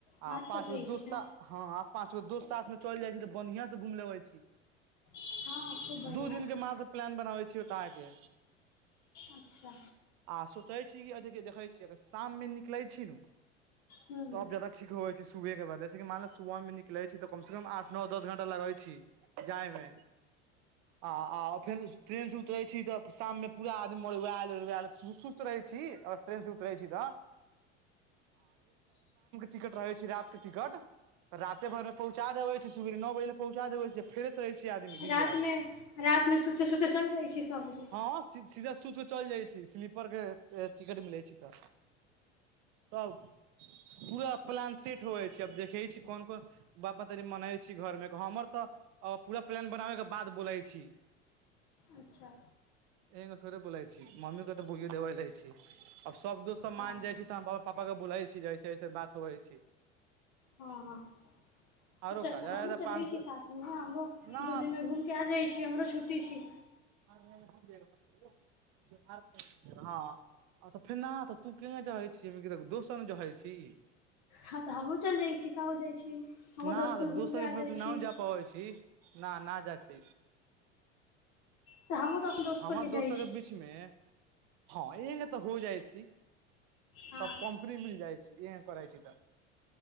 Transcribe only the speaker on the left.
बात
तऽ सही
छै
हँ खूब बढ़िआँसँ
अच्छा
हूँ
रात
मे रात मे सुते सुते चल जाइ छै सब लोग
अच्छा
हँ
हं हं हं
त चलू
हमहूँ
चलैत
छी साथमे हमहूँ
दू दिनले घूम के आ जाइ छी हमरो छुट्टी छी
हं त हमहुं चल जाइ छी कहां हो जाइ छी हमहूँ
दोस्तमे घूमिके
आ
जाइ
छी
तऽ हमहूँ तऽ अपन दोस्तके
ले जाइ
छी
हँ